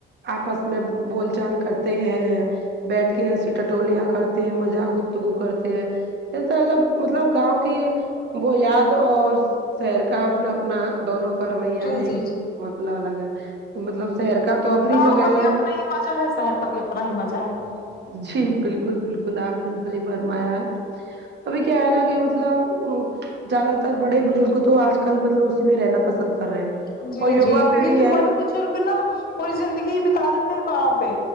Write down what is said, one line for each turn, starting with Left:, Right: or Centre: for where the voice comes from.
Right: آپس میں بول چال کرتے ہیں بیٹھ کے ہسی ٹاٹولیاں کرتے ہیں مذاق گفتگو کرتے ہیں مطلب مطلب گاؤں کی وہ یاد اور شہر کا اپنا اپنا دونوں کاراویہ
Left: جی
Right: ایک
Left: جی جی
Right: مطلب الگ ہے مطلب شہر کا تو اپنی
Left: گاؤں
Right: جگہ
Left: کا بھی
Right: ہے
Left: اپنا ہی مزہ ہے شہر کا بھی اپنا ہی مزہ ہے
Right: جی بالکل بالکل آپ نے صحیح فرمایا ہے ابھی کیا ہے نا کے مطلب ا زیادہ تر بڑے بزرگ تو آج کل مطلب اسی میں رہنا پسند کر رہے ہیں
Left: جی
Right: اور یوا
Left: جی
Right: پیڑھی
Left: کیونکہ
Right: ہے
Left: بڑے نا پوری زندگی بتا دیتے ہیں وہاں پہ